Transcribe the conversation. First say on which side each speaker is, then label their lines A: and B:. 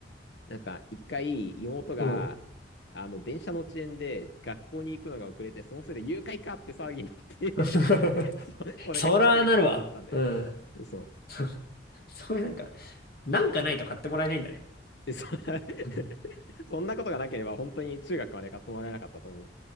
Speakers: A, on the left; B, on the left.
A: なんか、一回、妹が、
B: うん。
A: あの、電車の遅延で学校に行くのが遅れて、そのせいで誘拐かって騒ぎになって
B: <laughs>
A: <laughs> そ、それがきっかけで買ってもらったんだよ。
B: そらなるわ。うん。
A: そう。
B: そ、<laughs> そういうなんか、なんかないと買ってもらえないんだね。
A: で、そ、<laughs>
B: うん
A: そんなことがなければ、本当に中学まで買ってもらえなかったと思う。